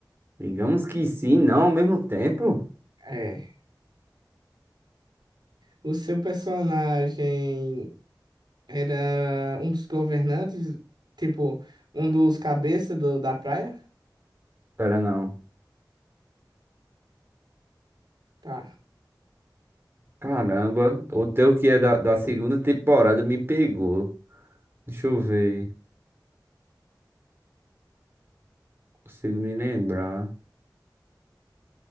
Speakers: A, on the right (about 30°); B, on the right (about 70°).
A: Digamos que sim, não ao mesmo tempo.
B: É. O seu personagem era um dos governantes, tipo, um dos cabeças do- da praia?
A: Pera, não.
B: Tá.
A: Caramba, o teu que é da, da segunda temporada me pegou. Deixa eu ver, consigo me lembrar.